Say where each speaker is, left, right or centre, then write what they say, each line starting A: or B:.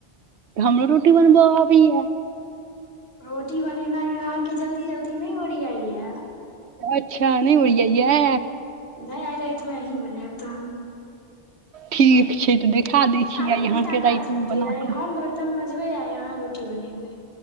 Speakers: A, on the right; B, on the left.
A: हमरो रोटी बनब अबैया
B: रोटी बनेनाइ य अहाँके जल्दी जल्दी नहि ओरियाइया
A: अच्छा नहि उड़आइ ह
B: नहि आय रहै तऽमें अहीं बनेब तहन-
A: ठीक छै तऽ देख दै छी-
B: आइ उल्टा
A: अहाँके राइटिंग
B: काज हेतै
A: बना
B: आइ
A: कऽ
B: हम बर्तन मजबे आइ अहाँ रोटी बनेबै